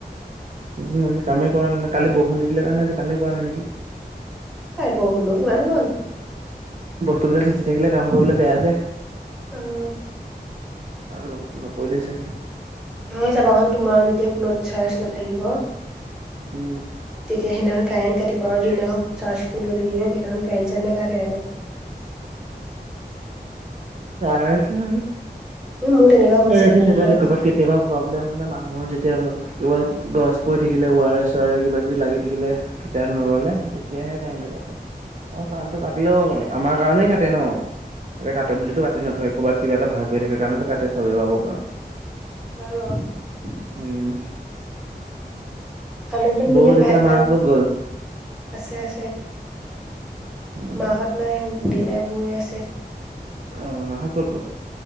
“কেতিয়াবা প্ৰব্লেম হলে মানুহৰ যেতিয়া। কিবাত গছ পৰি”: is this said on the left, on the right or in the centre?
Right